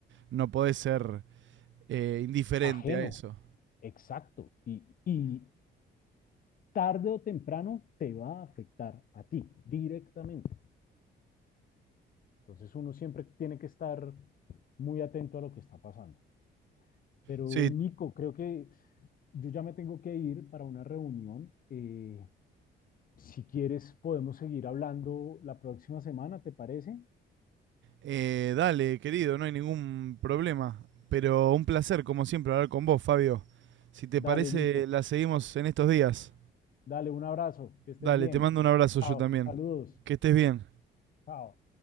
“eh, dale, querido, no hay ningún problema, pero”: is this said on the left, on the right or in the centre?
Right